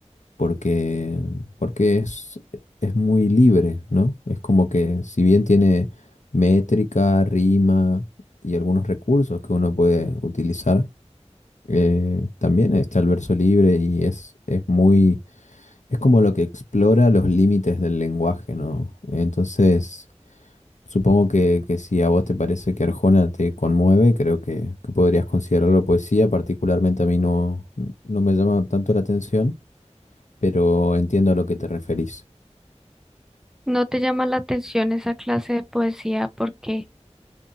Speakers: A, on the left; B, in the centre.
A: porque, porque es, es muy libre, ¿no? Es como que si bien tiene métrica, rima y algunos recursos que uno puede utilizar, eh, también está el verso libre y es, es muy, es como lo que explora los límites del lenguaje, ¿no? Entonces, supongo que, que si a vos te parece que Arjona te conmueve, creo que, que podrías considerarlo poesía, particularmente a mí no, no me llama tanto la atención pero entiendo a lo que te referís.
B: ¿No te llama la atención esa clase de poesía? ¿Por qué?